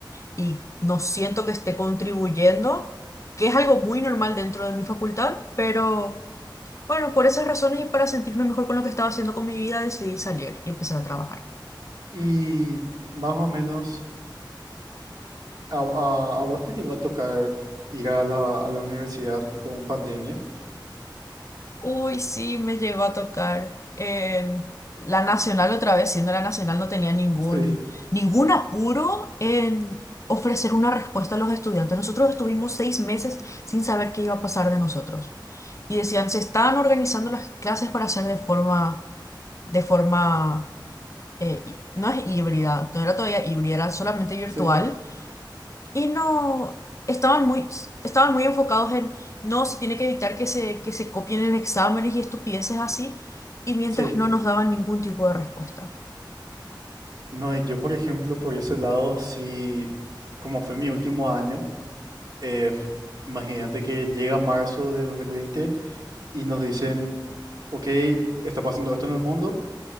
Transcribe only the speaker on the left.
y no siento que esté contribuyendo, que es algo muy normal dentro de mi facultad, pero bueno, por esas razones y para sentirme mejor con lo que estaba haciendo con mi vida, decidí salir y empezar a trabajar.
Uy, sí, me llegó a tocar. en la Nacional otra vez, siendo la Nacional, no tenía ningún,
ningún apuro en ofrecer una respuesta a los estudiantes. Nosotros estuvimos seis meses sin saber qué iba a pasar de nosotros. Y decían, se estaban organizando las clases para hacer de forma de forma eh, hí- no es híbrida, no era todavía híbrida, era solamente virtual.
Y no, estaban muy, estaban muy enfocados en, no, se tiene que evitar que se, que se copien en exámenes y estupideces así, y mientras
no nos daban ningún tipo de respuesta.